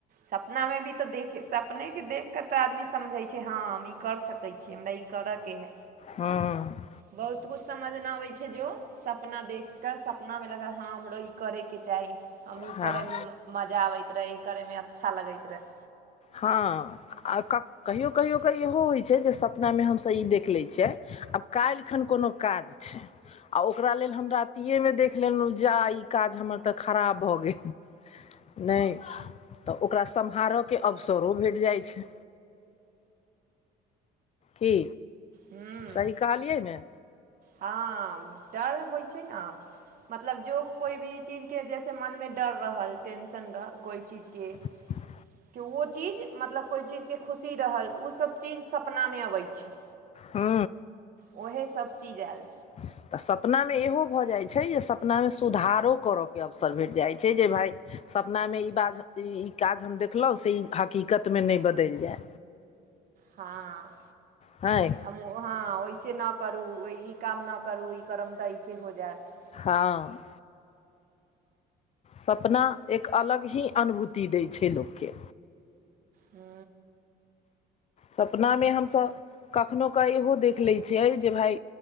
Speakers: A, on the right (about 55°); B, on the left (about 40°).
A: सपना मे भी तऽ देखे स अपनेके देखिकऽ तऽ आदमी समझै छै हँ हम ई करि सकै छी हमरा ई करऽके हइ
B: हँ
A: बहुत किछु समझ न अबैत छै जो सपना देख कऽ सपनामे लागल हँ हमरो ई करैईके चाही हम ई
B: हँ
A: करै मे मजा आबैत रहै ई करै मे अच्छा लगैत रहै
B: हँ आ कहियो कहियो क इहो होइत छै जे सपनामे हमसभ ई देख लैत छियै आब काल्हि खन कोनो काज छै आ ओकरा लेल हम रातिए मे देख जा ईकाज हमर त खराप भ गेल नई त के अवसरो भेट जाइत छै की
A: हूँ
B: सही कहलियै ने
A: हँ डल होइ छै न मतलब जो कोई भी चीज के जैसे मन मे डर रहल टेंशन रहल कोई चीज के
B: <inaudible>
A: के ओ चीज मतलब कोइ चीजके खुशी रहल ओ सब चीज सपनामे अबै छै
B: हू
A: उएहेसभचीज आयल
B: ह तऽ सपनामे इहो भऽ जाइ छै जे सपनामे सुधारो करऽके अवसर भेट जाइत छै जे भााय सपनामे ई बाज ई ई काज हम देखलहुँ से ई हकीीकतमे नहि बदलि जाय
A: हँ
B: हँ
A: हम हँ वइसे नहि करू ई काम नहि करू ई करब तऽ ऐसे हो जायत
B: हँ सपना एक अलग ही अनुभूति दै छै लोकके
A: हू
B: सपना मे हमस कखनो क इहो देख ले छियै जे भााय